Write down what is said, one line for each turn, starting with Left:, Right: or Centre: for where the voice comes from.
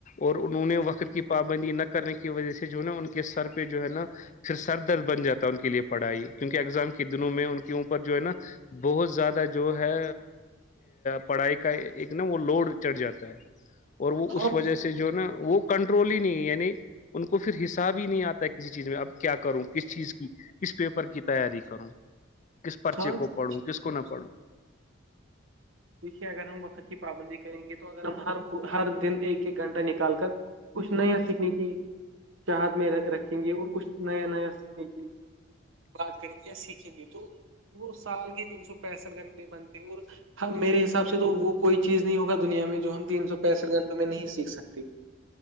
Left: اور انہوں نے وقت کی پابندی نہ کرنے کی وجہ سے جو ہے نا ان کے سر پہ جو ہے نا پھر سر درد بن جاتا ہے ان کے لیے پڑھائی کیونکہ اگزام کے دنوں میں ان کے اوپر جو ہے نا بہت زیادہ جو ہے پڑھائی کا ایک نا وہ لوڈ چڑھ جاتا ہے اور وہ
Right: ہاں
Left: اس وجہ سے جو ہے نا وہ کنٹرول ہی نہیں ہے یعنی ان کو پھر حساب ہی نہیں آتا ہے کسی چیز میں اب کیا کروں کس چیز کی کس پیپر کی تیاری کروں کس پرچے
Right: ہاں
Left: کو
Right: تو
Left: پڑھوں کس کو نہ پڑھوں
Right: دیکھیے اگر ہم وقت کی پابندی کریں گے تو اگر ہم ہر ہر دن ایک ایک گھنٹہ نکال کر کچھ نیا سیکھنے کی چاہت میں رکھیں گے اور کچھ نیا نیا سیکھنے کی بات کریں گے یا سیکھیں گے تو وہ سال کے تین سو پینسٹھ گھنٹے بندتے ہیں اور ہم میرے حساب سے تو وہ کوئی چیز نہیں ہوگا دنیا میں جو ہم تین سو پینسٹھ گھنٹوں میں نہیں سیکھ سکتے